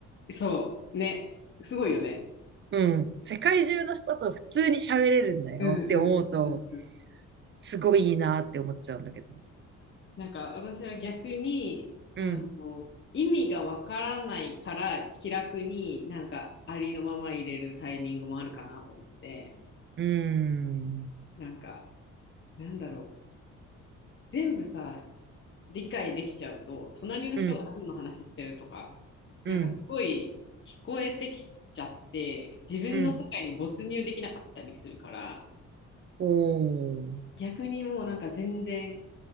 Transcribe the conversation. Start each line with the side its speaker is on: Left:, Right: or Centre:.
Left: そう、ね、すごいよね。
Right: うん。世界中の人と普通に喋れるんだよって思うと、
Left: うんうんうんうん
Right: すごいいいなって思っちゃうんだけど。
Left: なんか私は逆にあの意味がわからないから気楽になんかありのまま入れるタイミングもあるかなと思って
Right: うん。うーん。
Left: なんかなんだろう全部さ理解できちゃうと隣の人が何の話してるとかなんかすごい聞こえてきちゃって自分の世界に没入できなかったりするから
Right: うん。うん。うん。おー。
Left: 逆にもうなんか全然、